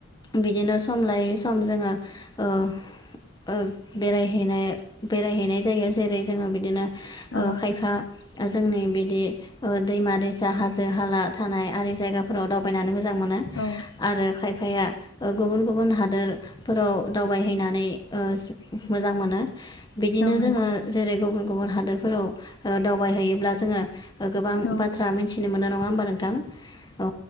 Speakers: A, on the left; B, on the left.
A: बिदिनो सम लायै सम जोङो ओ अ बेरायहैनाय बेरायहैनाय जायो जेरै जोङो बिदिनो अ
B: औ
A: खायफा जोंनि बिदि अ दैमा दैसा हाजो हाला थानाय आरि जायगाफोराव दाव बायनानै मोजां मोनो
B: औ
A: आरो खायफा फाया गुबुन गुबुन हादोरफोराव दावबायहैनानै अ मोजां मोनो बिदिनो
B: नंगौ
A: जोङो जेरै गुबुन। गुबुन हादरफोराव ओ दाव दावबायहैयोब्ला जोङो। गोबां
B: औ
A: बाथ्रा मिथिनो मोनो नङाना मबा नों थां औ